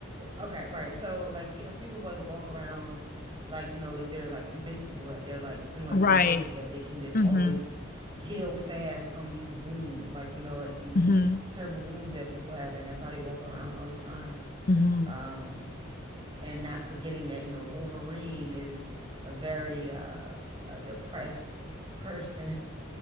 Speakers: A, on the right (about 25°); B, on the left (about 45°).
A: okay, right? So like you know, people like walk around like you know that they're like invincible, that they're like pretty much
B: Right.
A: immortal, that they can just
B: hmm
A: always heal fast from these wounds, like you know, like these
B: hmm
A: terrible wounds that people have, and that's how they walk around all the time.
B: hmm
A: Um. and not forgetting that, you know, Wolverine is a very uh, uh depressed person,